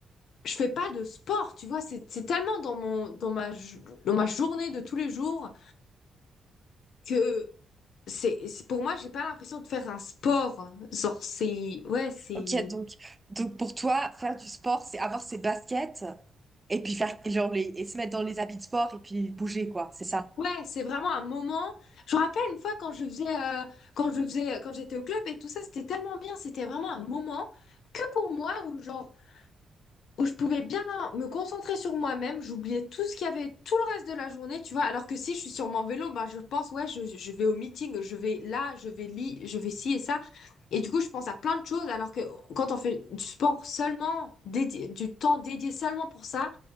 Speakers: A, on the left; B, on the right.
A: je fais pas de sport, tu vois, c'est c'est tellement dans mon dans ma jo- dans ma journée de tous les jours que c'est c'est- pour moi, j'ai pas l'impression de faire un sport. Genre c'est ouais, c'est
B: Ok, donc, donc pour toi, faire du sport, c'est avoir ses baskets et puis faire genre les, et se mettre dans les habits de sport et puis bouger, quoi, c'est ça.
A: ouais, c'est vraiment un moment. Je me rappelle une fois quand je faisais euh, quand je faisais quand j'étais au club et tout ça, c'était tellement bien, c'était vraiment un moment que pour moi où genre où je pouvais bien me concentrer sur moi-même, j'oubliais tout ce qu'il y avait, tout le reste de la journée, tu vois, alors que si je suis sur mon vélo, ben je pense, ouais, je, je vais au meeting, je vais là, je vais li, je vais ci et ça. Et du coup, je pense à plein de choses, alors que quand on fait du sport seulement, dédié, du temps dédié seulement pour ça,